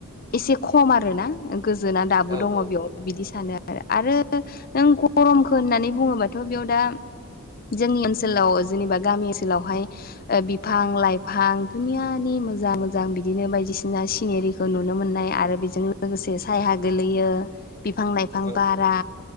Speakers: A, on the left; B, on the right.
A: एसे खम आरोना गोजोना दाबो
B: औ
A: दङ
B: औ
A: बेयाव। बिदि सानो आरो आरो नों गरमखौ होननानै बुङोबाथ बेयाव दा। जोंनि ओनसोलाव जिनिबा गामि ओनसोलावहाय। ओ बिफां लाइफां दुनियानि मोजां मोजां बिदिनो बायदिसि। ना सिंङिरिखौ नुनो मोननाय आरो बिजों लोगोसे सायहा गोलैयो। बिफां लाइफां
B: औ
A: बारा